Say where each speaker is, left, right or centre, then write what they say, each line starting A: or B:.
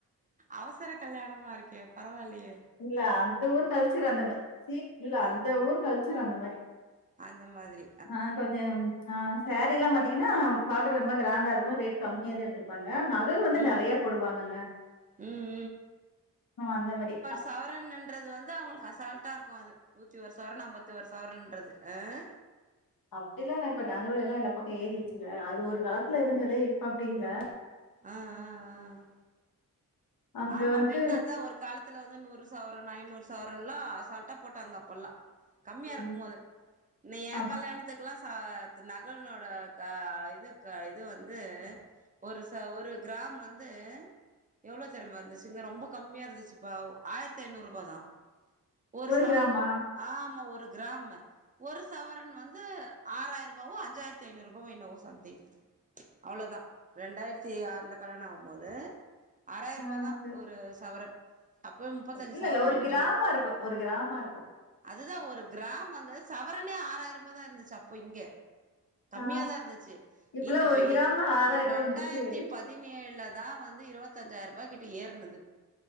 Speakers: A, on the right (about 25°); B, on the left (about 75°).
A: அவசர கல்யாணமா இருக்கே பரவால்லையே
B: இல்ல அந்த ஊர் கல்ச்சர் அந்த மாரி சீ இல்ல
A: ஆ
B: அந்த ஊர் கல்ச்சர் அந்த மாரி
A: அந்த மாதிரி
B: ஆ கொஞ்ஜோ ஆ சேரி எல்லா அதிக என்ன பாக்குற ரொம்ப கிராண்டா இருக்கு ரே கம்மியா தான் எட்டருப்பாங்க நகை வந்து
A: ம்
B: நிறைய போடுவாங்கங்கஹ
A: ம்
B: அந்த மாரி
A: சவரன் என்றது வந்து அவங்களுக்கு அசால்டா இருக்கும் அது நூத்தி ஒரு சவரம் அம்பத்தி ஒரு சவரன்றது அஹ
B: அப்படிலாம் இல்லா இப்பா நகைவேல எல்லாம் பக்கம் ஏறிச்சுல அது அது ஒரு காலத்துல இருந்தது இப்ப அப்புடி இல்லா
A: ஆஹ் ஆஹ் ஆஹ்
B: அங்க
A: ஆமா
B: வந்து
A: மின்ன அதான் ஒரு காலத்துல வந்து நூறு ச சவரம் ஐநூறு சவரம் எலாம் அ சால்ட்டா போட்டாங்க அப்ப எல்லாம் கம்மியா
B: ம்.
A: இருக்கும் போது இன் ஏ
B: ஆமா.
A: கல்யாணத்துக்கெல்லாம் நகரனோட இதுக்கு இது வந்து ஒரு ச ஒரு கிராம் வந்து எவ்வளோ திறமை இருந்துச்சுங்க ரொம்ப கம்மியா இருந்துச்சுப்ப ஆயிரத்தி ஐநூறு ரூபா தான் ஒரு சவரணும்
B: கிராமா?
A: ஆமா ஒரு கிராம்ம ஒரு சவரன் வந்து ஆறாயிர ரூபாவோ அஞ்சயிரத்து ஐநூறுபாவோ என்னோ சமிங் அவ்ளவுதான் ரெண்டாயிரத்தி ஆறு இல்ல கல்யாணம் ஆகும்போது ஆறாயிரூபா
B: ஆ
A: தான்
B: சரி.
A: ஒரு சவரன் அப்பவே முப்பத்தஞ்சு
B: இல்ல
A: சவரன்
B: இல்ல ஒரு
A: எடுத்தோ
B: கிராம்ம இருக்கும் ஒரு கிராம்ம இருக்கும்
A: அதுதான் ஒரு கிராம் வந்த சவரனே ஆறாயிரம் ரூபாய்ய தான் இருந்துச்சு அப்போ இங்க கம்மியாதான்
B: ஆ
A: இருந்துச்சு
B: இப்பலாம்
A: இந்த பைய்யே
B: கிராம் ரூ.
A: இரண்டாயிரத்தி
B: வந்துருச்சு.
A: பதினேழுல தான் வந்து வந்து இருபத் முப்பத்தஞ்சாயிரம் ரூபாய்க்கிட்ட ஏற்னது